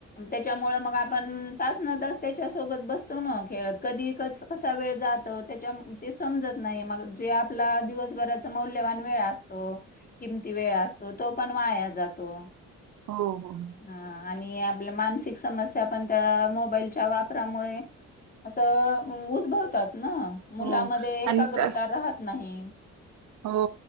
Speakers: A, on the left (about 30°); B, on the right (about 75°).
A: त्याच्या मुळ मग आपण. न तास त्याच्या सोबत बसतो न खेळत कधी क कसा वेळ जातो त्याच्या ते समजत नाही मग जे आपला दिवसभराचा मौल्यवान वेळ असतो किमती वेळ असतो तो पण वाया जातो
B: हो हो
A: हा आणि आपल्या मानसिक समस्या पण त्या मो मोबाईलच्या वापरामुळे असं उद्भवतात मुलामध्ये
B: हो
A: एकाग्रता
B: आणि
A: राहत नाही
B: हो